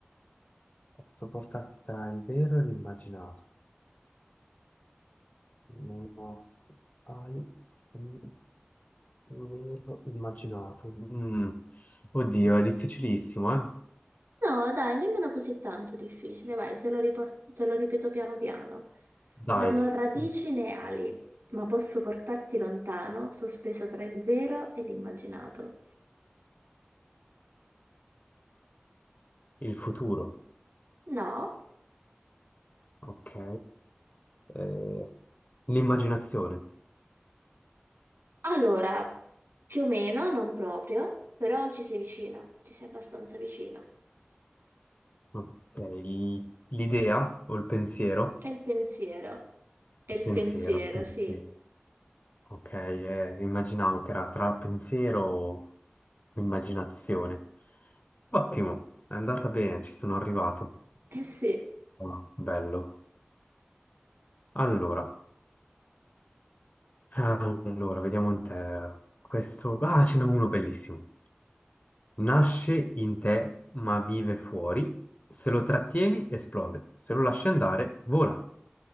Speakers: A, on the left; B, on the right.
A: posso portarti tra il vero e l'immaginato. Non ho- hai sogni. Non me l'ho immaginato. Mm. Oddio, è difficilissimo, eh?
B: no, dai, nemmeno così tanto difficile, vai, te lo ripor- te lo ripeto piano piano.
A: Dai,
B: Non ho radici
A: Mm.
B: né ali, ma posso portarti lontano, sospeso tra il vero e l'immaginato.
A: il futuro,
B: No,
A: ok. Eh, l'immaginazione,
B: Allora, più o meno, non proprio, però ci sei vicino, ci sei abbastanza vicino.
A: ok. L- L'idea o il pensiero?
B: È il pensiero, è il
A: Il pensiero,
B: pensiero,
A: il pensiero.
B: sì.
A: Ok, eh, immaginavo che era tra pensiero o immaginazione. Ottimo, è andata bene, ci sono arrivato.
B: Eh sì.
A: Ah, bello. Allora. Allora, vediamo in te. Questo... Ah, ce n'è uno bellissimo. Nasce in te, ma vive fuori. Se lo trattieni, esplode. Se lo lasci andare, vola.